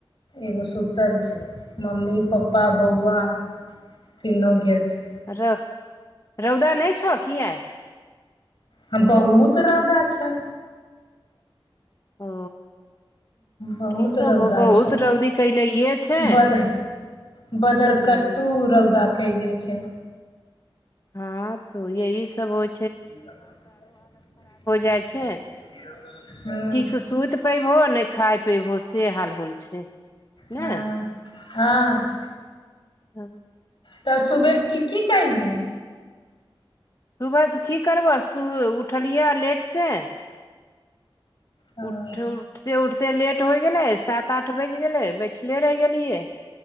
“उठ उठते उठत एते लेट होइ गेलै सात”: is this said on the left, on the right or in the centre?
Left